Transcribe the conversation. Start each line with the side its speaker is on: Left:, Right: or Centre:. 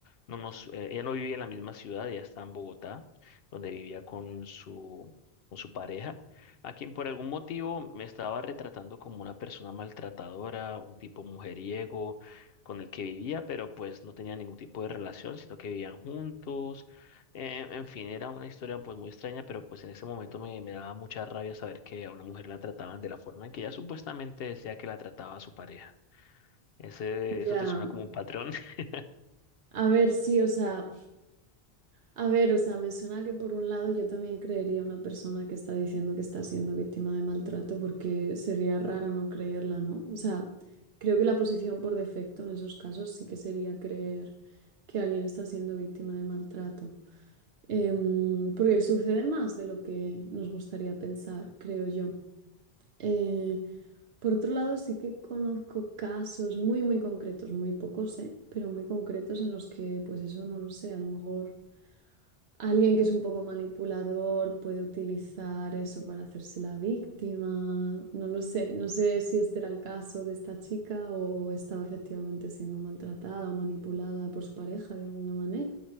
Left: no nos, eh, ella no vivía en la misma ciudad, ella está en Bogotá, donde vivía con su, con su pareja, a quien por algún motivo me estaba retratando como una persona maltratadora, un tipo mujeriego con el que vivía, pero pues no tenía ningún tipo de relación, sino que vivían juntos. Eh, en fin, era una historia pues muy extraña, pero pues en ese momento me, me daba mucha rabia saber que a una mujer la trataban de la forma en que ella supuestamente decía que la trataba a su pareja. Ese,
Right: ya.
Left: eso te suena como un patrón, <laughs>
Right: A ver, sí, o sea, a ver, o sea, me suena que por un lado yo también creería a una persona que está diciendo que está siendo víctima de maltrato porque sería raro no creerla, ¿no? O sea, creo que la posición por defecto en esos casos sí que sería creer que alguien está siendo víctima de maltrato. Em, porque sucede más de lo que nos gustaría pensar, creo yo. Eh, Por otro lado, sí que conozco casos muy, muy concretos, muy pocos, ¿eh? Pero muy concretos en los que, pues eso no lo sé, a lo mejor alguien que es un poco manipulador puede utilizar eso para hacerse la víctima, no lo sé, no sé si este era el caso de esta chica o estaba efectivamente siendo maltratada o manipulada por su pareja de alguna manera.